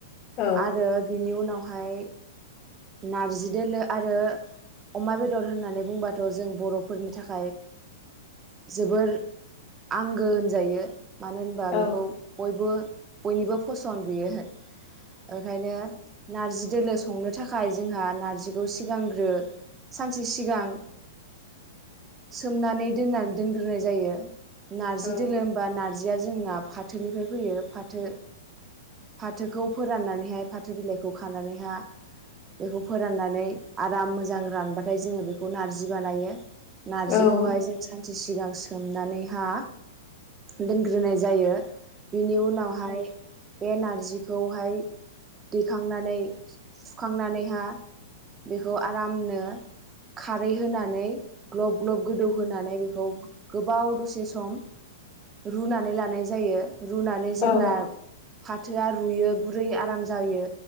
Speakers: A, on the left; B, on the right.
A: औ
B: आरो बिनि उनाव हाय नारजि दोलो आरो अमा बेदर होननानै बुंबाथ' जों बर' फोरनि थाखाय जोबोर आंगो होनजायो। मानो होनबा
A: औ
B: बेखौ बयबो बयनिबो फसन बेयो। ओंखायनो नारजि दोलो संनो थाखाय जोंहा नार्जिखौ सिगांग्रो सानसे सिगां सोमनानै दोननानै दोनग्रोनाय जायो। नार्जि
A: औ
B: दोलो होनबा नारजिया जोंना फाथोनिफ्राय फैयो फाथो फाथोखौ फोराननानैहाय फाथो बिलाइखौ खानानैहाय बेखौ फोराननानै आराम मोजां रानबाथाय जोङो बेखौ नारजि बानायो। नारजिखौहाय
A: औ
B: जों सानसे सिगां सोमनानैहा दोनग्रोनाय जायो। बिनि उनावहाय बे नारजिखौहाय दैखांनानै सुखांनानैहा बेखौ आरामनो खारै होनानै ग्लब ग्लब गोदौहोनानै बेखौ गोबाव दसे सम रुनानै लानाय जायो। रुनानै
A: औ
B: जेब्ला फाथोआ रुयो गुरै आराम जायो